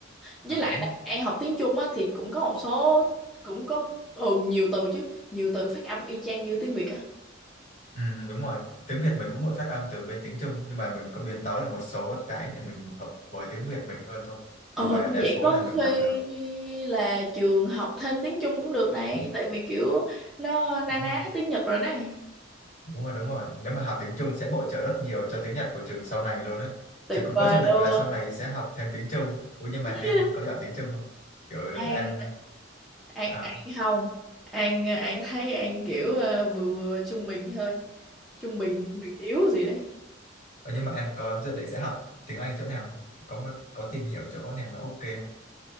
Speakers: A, in the centre; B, on the left.
A: với
B: ở
A: lại
B: đấy
A: là An học tiếng Trung á thì cũng có một số cũng có ừ nhiều từ chứ nhiều từ phát âm y chang như tiếng Việt á
B: ừ, đúng rồi tiếng Việt mình cũng mượn phát âm từ bên tiếng Trung nhưng mà mình có biến tấu lại một số cái để mình hợp với tiếng Việt mình hơn thôi
A: Ờ,
B: nhưng mà đa
A: như vậy
B: số
A: có
B: là mình
A: khi
B: đọc được
A: là trường học thêm tiếng Trung cũng được này,
B: Ừ,
A: tại vì kiểu nó na
B: đúng
A: ná
B: không
A: tiếng Nhật rồi đấy.
B: Đúng rồi, đúng rồi. Nếu mà học tiếng Trung sẽ bổ trợ rất nhiều cho tiếng Nhật của trường sau này luôn á.
A: Tuyệt
B: Trường cũng
A: vời
B: có dự định
A: luôn.
B: là sau này sẽ học thêm tiếng Trung. Ủa nhưng mà
A: <laughs>
B: em có giỏi tiếng Trung không? Kiểu
A: An,
B: em à,
A: An,
B: à.
A: An không, An, An thấy An kiểu ờ, vừa vừa trung bình thôi, trung bình, trung bình yếu gì đấy.
B: Ờ, nhưng mà em có dự định sẽ học tiếng Anh chỗ nào không? Có một- có tìm hiểu chỗ nào nó ok không?